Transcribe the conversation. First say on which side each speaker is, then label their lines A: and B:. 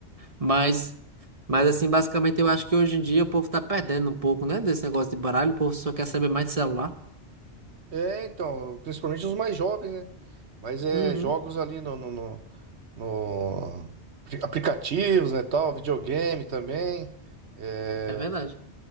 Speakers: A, on the right; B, on the right.
A: Mas, mas assim, basicamente eu acho que hoje em dia o povo tá perdendo um pouco, né? Desse negócio de baralho, o povo só quer saber mais de celular.
B: É, então, principalmente os mais jovens, né? Mas é
A: Uhum.
B: jogos ali no, no, no- no- apli- aplicativos, né, tal, videogame também. É,
A: É verdade.